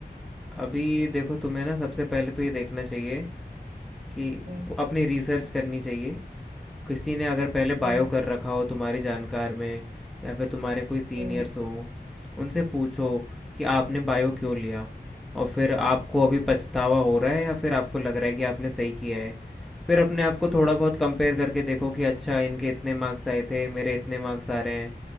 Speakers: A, in the centre; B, on the right.
A: अभी देखो तुम्हें ना सबसे पहले तो ये देखना चाहिए कि
B: हम्म
A: अपनी रिसर्च करनी चाहिए किसी ने अगर पहले
B: हम्म
A: बायो कर रखा हो तुम्हारी जानकार में या फिर तुम्हारे कोई सीनियर्स
B: हम्म
A: हो उनसे पूछो कि आपने बायो क्यों लिया और फिर आपको अभी पछतावा हो रहा है या फिर आपको लग रहा है कि आपने सही किया है फिर अपने आप को थोड़ा बहुत कंपेयर करके देखो कि अच्छा इनके इतने मार्क्स आए थे मेरे इतने मार्क्स आ रहे हैं